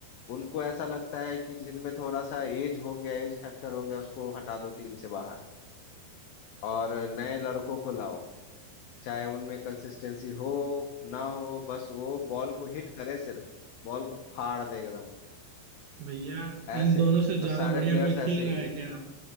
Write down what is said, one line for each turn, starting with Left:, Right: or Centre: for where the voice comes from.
Left: उनको ऐसा लगता है कि जिनमें थोड़ा सा एज हो गया एज फैक्टर हो गया उसको हटा दो टीम से बाहर और नए लड़कों को लाओ चाहे उनमें कंसिस्टेंसी हो ना हो बस वो बॉल को हिट करे सिर्फ बॉल को फाड़ दे एकदम
Right: भैया
Left: ऐसे
Right: इन दोनों से ज्यादा
Left: और सारे
Right: बढ़िया
Left: प्लेयर्स
Right: कोई खेल
Left: ऐसे
Right: रहा
Left: ही
Right: है
Left: है
Right: क्या